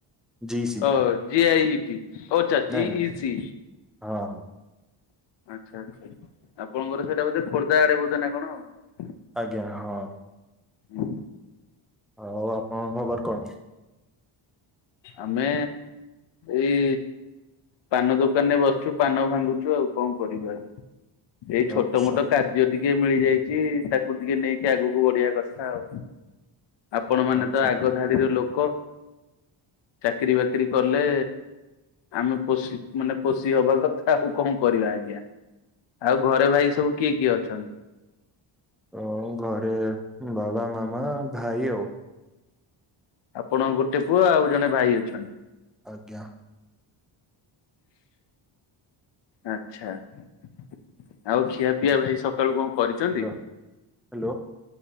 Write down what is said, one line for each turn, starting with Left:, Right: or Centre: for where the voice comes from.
Centre: ଜି ସି
Left: ଓହୋ ଜି ଆଇ ଇ ଟି ଓ ଆଚ୍ଛା ଜି
Centre: ନାଇଁ ନାଇଁ
Left: ଇ ସି।
Centre: ହଁ ହଁ।
Left: ଆଚ୍ଛା ଆଚ୍ଛା ଆପଣଙ୍କର ସେଇଟା ବୋଧେ ଖୋର୍ଦ୍ଧା ଆଡେ ବୋଧେ ନା କଣ ଆଉ?
Centre: ଆଜ୍ଞା ହଁ।
Left: ହୁଁ।
Centre: ଆଉ ଆପଣଙ୍କ ଖବର କଣ?
Left: ଆମେ ଏଇ। ପାନ ଦୋକାନ ରେ ବସିଛୁ ପାନ ଭାଙ୍ଗୁଛୁ ଆଉ କଣ କରିବୁ ଆଜ୍ଞା। ଏଇ ଛୋଟ
Centre: ଆଚ୍ଛା
Left: ମୋଟ କାର୍ଯ୍ୟ ଟିକେ ମିଳିଯାଇଛି ତାକୁ ଟିକେ ନେଇକି ଆଗକୁ ବଢିଆ କଥା ଆଉ। ଆପଣ ମାନେ
Centre: ଆଚ୍ଛା
Left: ତ ଆଗ ଧାଡିର ଲୋକ ଚାକିରି ବାକିରି କଲେ। ଆମେ ପୋଷି ମାନେ ପୋଷି ହବା କଥା ଆଉ କଣ କରିବା ଆଜ୍ଞା। ଆଉ ଘରେ ଭାଇ ସବୁ କିଏ କିଏ ଅଛନ୍ତି?
Centre: ଓ ଘରେ ବାବା, ମାମା ଆଉ ଭାଇ ଆଉ।
Left: ଆପଣଙ୍କ ଗୋଟେ ପୁଅ ଆଉ ଜଣେ ଭାଇ ଅଛନ୍ତି।
Centre: ଆଜ୍ଞା।
Left: ଆଚ୍ଛା। ଆଉ ଖିଆ ପିଆ ଭାଇ ସକାଳୁ କଁ କରିଚନ୍ତି?
Centre: ହ୍ୟାଲୋ ହ୍ୟାଲୋ